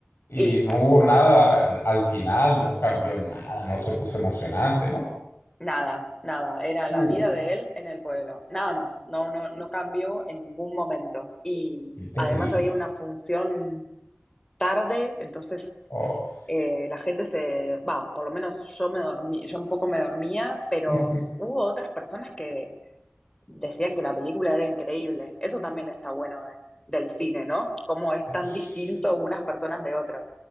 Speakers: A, on the left (about 75°); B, on the left (about 15°).
A: y
B: Y listo.
A: no hubo nada mm, al final, no cambió nada, no se puso emocionante, ¿no?
B: Nada, nada. Era la
A: Uh,
B: vida de él en el pueblo. Nada más. No, no, no cambió en ningún momento. Y
A: qué terrible.
B: además había una función tarde, entonces
A: Oh.
B: eh, la gente se, va, por lo menos yo me dormí, yo un poco me dormía, pero
A: <laughs>
B: hubo otras personas que decían que la película era increíble. Eso también está bueno de- del cine, ¿no? Cómo es
A: Es-
B: tan distinto unas personas de otras.